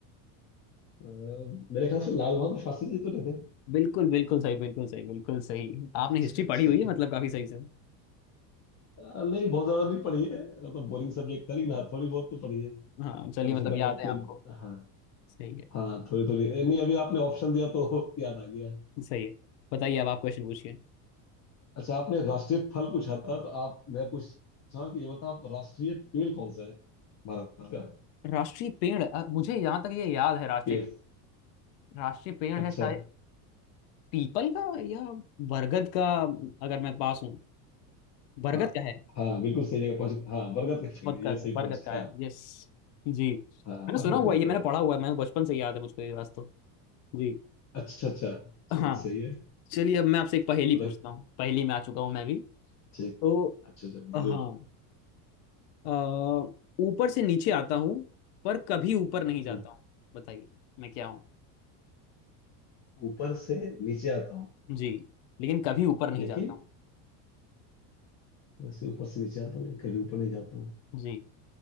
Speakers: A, on the left; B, on the left.
A: अ, मेरे ख्याल से लाल बहादुर शास्त्री जी तो नहीं थे
B: बिल्कुल बिल्कुल सही बिल्कुल सही बिल्कुल सही आपने
A: अच्छा
B: हिस्ट्री
A: अच्छा
B: पढ़ी हुई है मतलब काफी सही से
A: आ, नहीं बहुत ज्यादा नहीं पढ़ी है वो तो बोरिंग सब्जेक्ट था लेकिन हाँ थोड़ी बहुत तो पढ़ी है
B: हाँ चलिए
A: कम
B: मतलब
A: से कम
B: याद
A: अपने
B: है आपको
A: हाँ
B: सही है
A: हाँ थोड़ी थोड़ी ए, नहीं अभी आपने ऑप्शन दिया तो <laughs> याद आ गया
B: सही है बताइए अब आप क्वेश्चन पूछिए
A: अच्छा आपने राष्ट्रीय फल पूछा था तो आप मैं पूछ रहा हूँ कि ये बताओ आप राष्ट्रीय पेड़ कौन सा है भारत का
B: राष्ट्रीय पेड़ अ, मुझे यहाँ तक ये याद है राष्ट्रीय
A: पेड़
B: राष्ट्रीय पेड़
A: अच्छा
B: है शायद पीपल का या बरगद का अगर मैं पास हूँ बरगद
A: हाँ
B: का है
A: हाँ बिल्कुल सही जगह पहुंच हाँ बरगद का पेड़
B: बरगद
A: है ये सही
B: का बरगद
A: पहुंच
B: का
A: गया
B: है
A: आप।
B: यस जी
A: हाँ
B: मैंने
A: बरगद
B: सुना हुआ
A: का
B: है ये
A: पेड़
B: मैंने
A: है
B: पढ़ा हुआ है मैंने बचपन से याद है मुझको ये वास्तव जी
A: अच्छा अच्छा चलिए
B: हाँ
A: सही है
B: चलिए अब मैं आपसे एक पहेली
A: मतलब
B: पूछता हूँ पहेली में आ चुका हूँ मैं भी
A: ठीक
B: तो
A: अच्छा अच्छा जरूर
B: हाँ अ, ऊपर से नीचे आता हूँ पर कभी ऊपर नहीं जाता
A: हम्म।
B: हूँ बताइए मैं क्या हूँ
A: ऊपर से नीचे आता हूँ
B: जी लेकिन कभी ऊपर नहीं
A: लेकिन
B: जाता हूँ
A: ऐसे ऊपर से नीचे आता हूँ कभी ऊपर नहीं जाता हूँ
B: जी